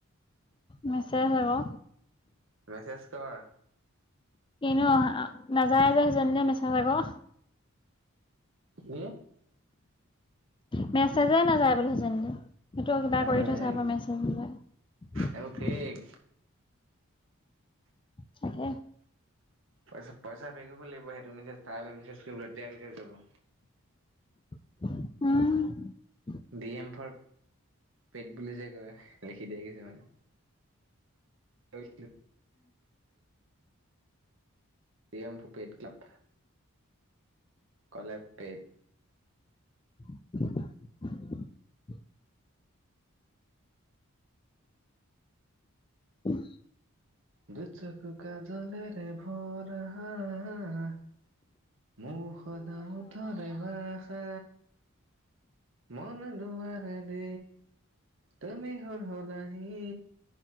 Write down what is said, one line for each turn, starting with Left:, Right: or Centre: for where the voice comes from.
Left: মেছেজ আকৌ।
Right: মেছেজ কৰ।
Left: এনেও আহা, নাযায় যে সেইজনীলে মেচেজ আকৌ।
Right: কি?
Left: মেচেজে নাযায়। চাই পেলাই থৈছে নেকি সেইটো কিবা
Right: এ
Left: কৰি থৈছে
Right: সেই
Left: সপাই মেছেজ নাযায়।
Right: এইবোৰ ফেক
Left: তাকে
Right: পইচা -পইচা পে কৰিব লাগিব সেইটো মিছেজ তাইলে মিছেজ কৰিবলে, তেতিয়াই মিছেজ যাব।
Left: উম,
Right: ডি-এমফৰ পেড বুলি যে কয় লিখি দিয়ে কিছু মানে। <unintelligible> D - M- for paid club. কলেপ পেইড।
Left: <inaudible> উম।
Right: দুচকু কাজলেৰে ভৰা হা, আ, আ, আ মৌ সদা ওঁঠৰে ভাষা। মন দুৱাৰে দি তুমি সৰ হলাহি